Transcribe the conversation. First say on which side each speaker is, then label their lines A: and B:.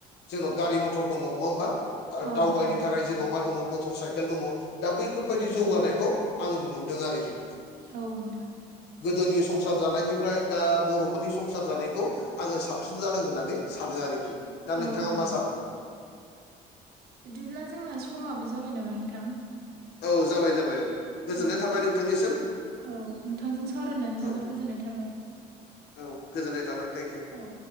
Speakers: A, on the left; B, on the right.
A: जोंनाव गारि मथर दङ नङा होमबा
B: औ
A: दावबायनो
B: नोंथां
A: थाखाय जोंनाव मा दङ मटर साइ दङ दा बैफोरबायाददि जौगानायखौ आङो नुदों आरोखि।
B: औ नोंथां
A: गोदोनि संसार जानायनिफ्राय दा बर'फोरनि संसार जानायखौ आङो साबसिन जादों होननानै सानो आरोखि। दा नोंथाङा
B: औ औ
A: मा सानो?
B: बिदिब्ला जोंना समाबो जाबाय नामा नोंथां?
A: औ जाबाय जाबाय औ गोजोननाय
B: औ औ
A: थाबाय नोंथांनिसिम
B: नोंथांजों सावरायनानै जोबोद
A: औ
B: गोजोननाय थाबाय।
A: औ गोजोननाय थाबाय थेंकिउ।
B: औ औ